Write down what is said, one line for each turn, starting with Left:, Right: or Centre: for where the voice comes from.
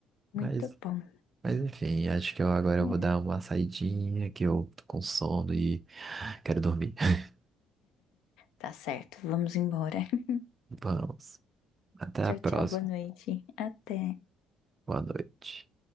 Left: Muito
Right: Mas,
Left: bom.
Right: mas enfim, acho que eu agora
Left: É,
Right: eu vou dar uma saidinha, que eu tô com sono e quero dormir. <laughs>
Left: Tá certo, vamos embora. <laughs>
Right: Vamos, até
Left: Tchau,
Right: a próxima.
Left: tchau, boa noite. Até.
Right: Boa noite.